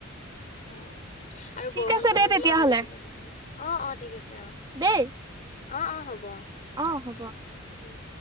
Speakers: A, on the left; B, on the right.
A: উম আৰু
B: ঠিক
A: বৰষুণ
B: আছে
A: চৰষুণ
B: দে তেতিয়াহ'লে।
A: দিলে অহা যোবা কৰিবলে বেয়া হয়, অ' অ' ঠিক আছে অ'।
B: দেই।
A: অ' অ' হ'ব।
B: অ' হ'ব।
A: উম।